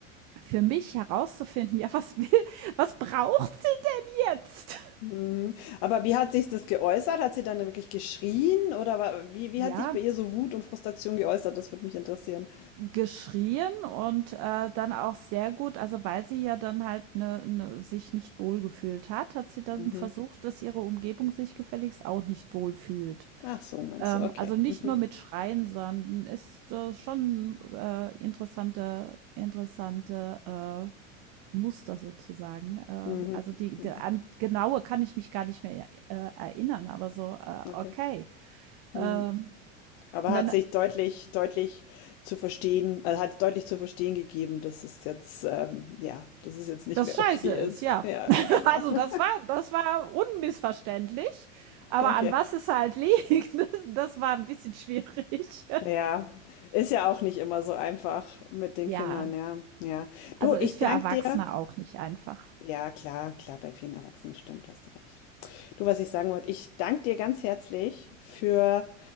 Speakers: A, on the right; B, on the left.
A: für mich herauszufinden: <laughs> „Ja, was will was braucht sie denn jetzt?“
B: Mhm. Aber wie hat sich das geäußert? Hat sie dann wirklich geschrien oder wa- wie, wie
A: Ja,
B: hat sich bei ihr so Wut und Frustration geäußert? Das würde mich interessieren.
A: geschrien und, äh, dann auch sehr gut also, weil sie ja dann halt, ne ne sich nicht wohlgefühlt hat, hat sie dann
B: Mhm.
A: versucht, dass ihre Umgebung sich gefälligst auch nicht wohlfühlt.
B: Ach so, meinst
A: Ähm,
B: du? Okay.
A: also, nicht
B: Mhm.
A: nur mit Schreien, sondern ist, äh, schon, äh, interessante interessante, äh, Muster sozusagen. Äh,
B: Mhm.
A: also, die
B: Mhm.
A: der an genaue kann ich mich gar nicht mehr, äh, erinnern, aber so, äh,
B: Okay.
A: okay.
B: Mhm.
A: Ähm,
B: Aber
A: und
B: hat
A: dann
B: sich deutlich deutlich zu verstehen also, hat deutlich zu verstehen gegeben, dass es jetzt, ähm ja, dass es jetzt nicht
A: das
B: mehr
A: scheiße
B: okay ist.
A: ist, ja.
B: Ja, genau.
A: Also
B: <laughs>
A: das war das war unmissverständlich, aber
B: Okay.
A: an was es halt <laughs> liegt, das das war ein bisschen schwierig.
B: Ja, ist ja auch nicht immer so einfach mit den
A: Ja,
B: Kindern, ja, ja.
A: also
B: Du,
A: ist
B: ich danke
A: für Erwachsene
B: dir
A: auch nicht einfach.
B: ja, klar, klar, bei vielen Erwachsenen, stimmt, hast du recht. Du, was ich sagen wollte, ich danke dir ganz herzlich für